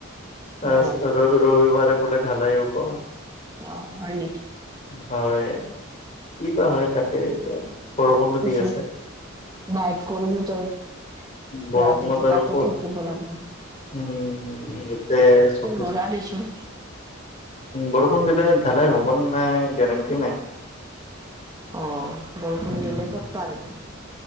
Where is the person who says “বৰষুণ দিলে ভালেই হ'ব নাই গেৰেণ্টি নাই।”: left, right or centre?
Left